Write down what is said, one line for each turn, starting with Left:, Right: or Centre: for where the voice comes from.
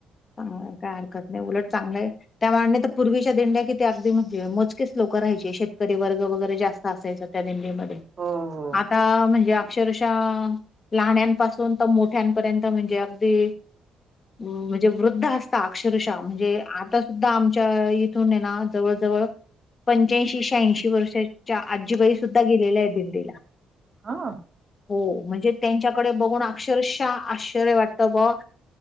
Left: हं, काय हरकत नाही उलट चांगलंय त्या मानानं तर पूर्वीच्या दिंड्या किती अगदी म्हणजे मजबूत... तितकेच लोक राहायचे शेतकरी वर्ग वगैरे जास्त असायच त्या दिंडीमध्ये
Right: हो हो
Left: आता
Right: हो
Left: म्हणजे.... अक्षरशः लाहान्यानपासून तर मोठ्यांपर्यंत म्हणजे अगदी... म्हणजे वृद्ध असता अक्षरशः म्हणजे आ... आता आमच्या इथूनयना ना जवळजवळ... पंच्याऐंशी शेह्यांऐंशी वर्षाच्या आजीबाई सुद्धा गेलेल्या आहे दिंडीला....
Right: हा....
Left: हो म्हणजे त्यांच्याकडे बघून अक्षरशः आश्चर्य वाटतं बघ.....